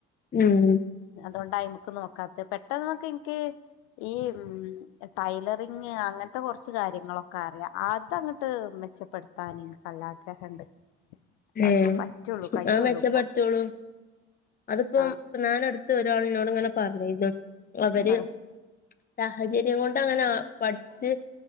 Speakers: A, on the left; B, on the left.
A: ഉം
B: അതുകൊണ്ടാ അയിമക്കൊന്നും വക്കാത്തെ. പെട്ടെന്ന് ഒക്കെ എനിക്ക് ഈ ഉം ടൈലറിങ് അങ്ങനത്തെ കുറച്ച് കാര്യങ്ങളോ ക്കറിയാം. അതങ്ങട്ട് മെച്ചപ്പെടുത്താൻ എനക്ക് നല്ല ആഗ്രഹണ്ട്.
A: ലേണു.
B: അതൊക്കെ പറ്റുള്ളൂ കയ്യുള്ളൂ
A: ആഹ് മെച്ചപ്പെടുത്തിയോളൂ.
B: ഇപ്പൊ
A: അതിപ്പം
B: ആഹ്
A: ഞാനടുത്ത് ഒരാളിന്നോട് ഇങ്ങനെ പറഞ്ഞിരുന്നു. അവര്
B: ആഹ്
A: സാഹചര്യം കൊണ്ട് അങ്ങനെ പഠിച്ച്